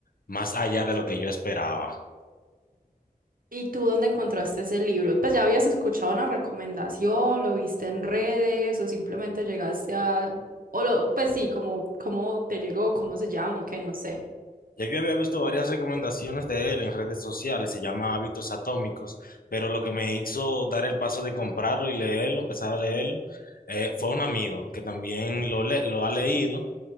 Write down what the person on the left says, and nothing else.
más allá de lo que yo esperaba.
Ya yo había visto varias recomendaciones de él en redes sociales, se llama Hábitos Atómicos, pero lo que me hizo dar el paso de comprarlo y leerlo, empezar a leerlo, eh, fue un amigo que también lo, le- lo ha leído